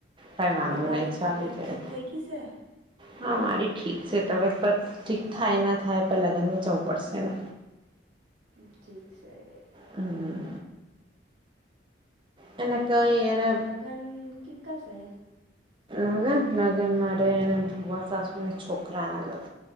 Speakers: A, on the right; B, on the right.
A: કઈ વાંધો
B: તમારી
A: નહી ચાલ
B: તબિયત
A: જાય.
B: ઠીક થઈ ગઈ છે
A: હા મારી ઠીક છે. તમે પણ ઠીક થાય ના થાય પણ લગ્નમાં જવું પડશે ને!
B: ઠીક છે એ
A: હમ એને કઈ એને
B: લગન કીકા શે?
A: હવે લગ્ન માટે એને ભુવા સાસુની છોકરાના લગ